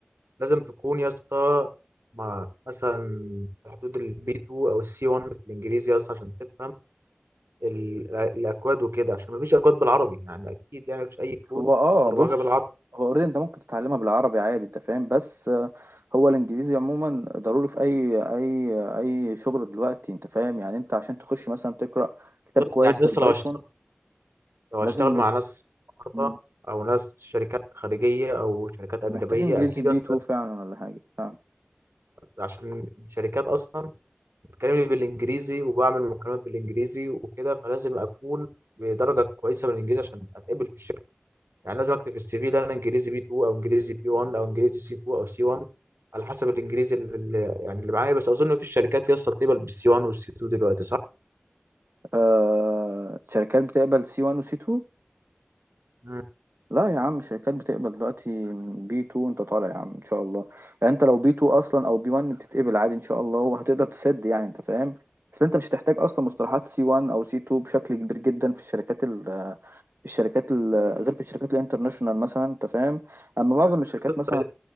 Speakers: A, on the right (about 80°); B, on the right (about 65°).
A: لازم تكون يا اسطى مع مثلا في حدود البي 2 او السي 1 في الانجليزي يا اسطى عشان تفهم ال- الاكواد وكده عشان مفيش اكواد بالعربي يعني اكيد يعني مفيش اي كود
B: هو اه
A: برمجه
B: بص
A: بالعربي
B: هو اوريدي انت ممكن تتعلمها بالعربي عادي انت فاهم بس آه، هو الانجليزي عموما ضروري في اي اي اي شغل دلوقتي انت فاهم يعني انت عشان تخش مثلا تقرأ كتاب كويس
A: يعني لسه
B: للبايثون
A: لو هشتغل لو هشتغل
B: لازم
A: مع ناس
B: يكون-
A: بره او ناس شركات خارجيه او شركات اجنبيه
B: محتاج انجليزي
A: اكيد
B: بي
A: اصلا
B: 2 فعلا ولا حاجة فعلا
A: عشان الشركات اصلا بتكلمني بالانجليزي وبعمل مكالمات بالانجليزي وكده فلازم اكون بدرجه كويسه من الانجليزي عشان اتقبل في الشركه يعني لازم اكتب في السي في ده انا انجليزي بي 2 او انجليزي بي 1 او انجليزي سي 2 او سي 1 على حسب الانجليزي اللي اللي- يعني اللي معايا بس اظن في الشركات يا اسطى بتقبل بالسي 1 والسي 2 دلوقتي صح؟
B: آه شركات بتقبل سي 1 وسي 2
A: مم.
B: لا يا عم شركات بتقبل دلوقتي من بي 2 انت طالع يا عم ان شاء الله يعني انت لو بي 2 اصلا او بي 1 بتتقبل عادي ان شاء الله وهتقدر تسد يعني انت فاهم بس انت مش هتحتاج اصلا مصطلحات سي 1 او سي 2 بشكل كبير جدا في الشركات ال في الشركات ال غير في الشركات الانترناشونال مثلا انت فاهم اما معظم الشركات
A: يا اسطى
B: مثلا